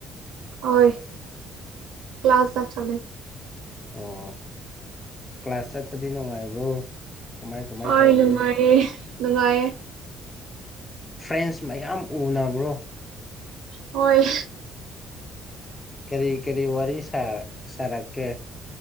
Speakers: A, on the right; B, on the left.
A: ꯍꯣꯏ ꯀ꯭ꯂ ꯀ꯭ꯂꯥꯁ ꯆꯦ
B: ꯑꯣ ꯀ꯭ꯂꯥꯁ ꯆꯠꯄꯗꯤ ꯅꯨꯡꯉꯥꯏꯕ꯭ꯔꯣ ꯀꯃꯥꯏ ꯀꯃꯥꯏ
A: ꯍꯣꯏ
B: ꯇꯧꯒꯦ
A: ꯅꯨꯡꯉꯥꯏꯌꯦ ꯅꯨꯡꯉꯥꯏꯌꯦ
B: ꯐ꯭ꯔꯦꯟꯁ ꯃꯌꯥꯝ ꯎꯅꯕ꯭ꯔꯣ
A: ꯍꯣꯏ
B: ꯀꯔꯤ ꯀꯔꯤ ꯋꯥꯔꯤ ꯁꯥ ꯁꯥꯔꯛꯀꯦ